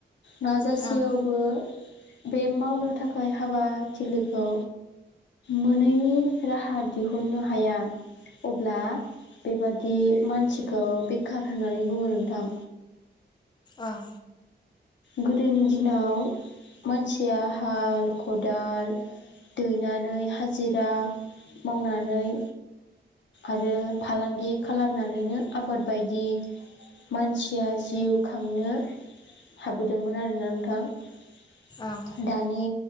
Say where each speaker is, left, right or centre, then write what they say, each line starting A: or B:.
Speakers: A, on the left; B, on the left.
A: नाजासेयावबो।
B: ओं
A: बे मावनो थाखाय हाबाथिलिखौ। मोनैनि राहा दिहुननो हाया अब्ला। बेबादि मानसिखौ बेखार होननानै बुङो नोंथां।
B: ओं।
A: गोदोनि दिनाव मानसिया हाल खदाल। दैनानै हाजिरा मावनानै। आरो फालांगि खालामनानैनो आबाद बायदि। मानसिया जिउ खांनो। हाबोदोंमोन आरोना नोंथां
B: ओं
A: दानि।